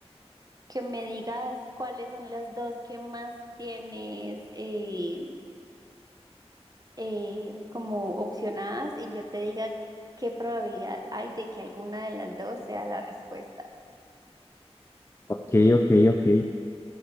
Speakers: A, on the right (about 35°); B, on the left (about 25°).
A: que me digas cuáles son las dos que más tienes eh, eh, como opcionadas y yo te diga qué probabilidad hay de que alguna de las dos sea la respuesta.
B: Ok, ok, ok.